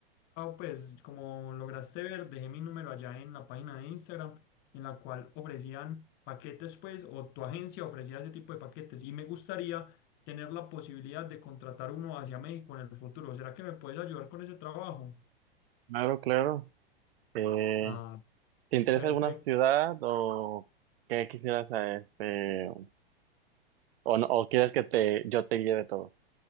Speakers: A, on the left; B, on the right.
A: Pues como lograste ver, dejé mi número allá en la página de Instagram, en la cual ofrecían paquetes, pues, o tu agencia ofrecía ese tipo de paquetes. Y me gustaría tener la posibilidad de contratar uno hacia México en el futuro. ¿Será que me puedes ayudar con ese trabajo?
B: Claro, claro. Eh,
A: Ah,
B: ¿te interesa
A: perfecto.
B: alguna ciudad o qué quisieras, eh, este, o, no- o quieres que te, yo te guíe de todo?